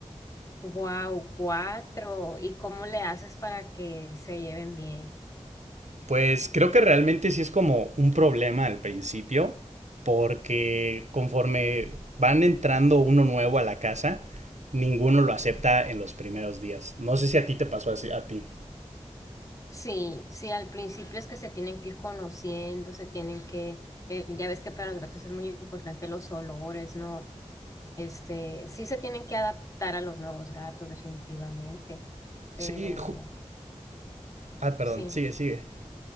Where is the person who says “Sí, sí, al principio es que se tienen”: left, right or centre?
Left